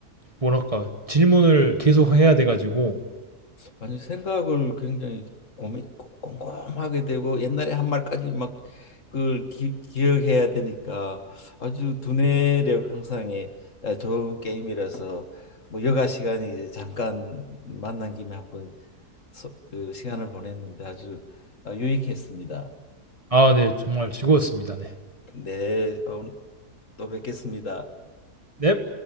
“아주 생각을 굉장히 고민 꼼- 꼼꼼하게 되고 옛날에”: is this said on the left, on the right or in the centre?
Left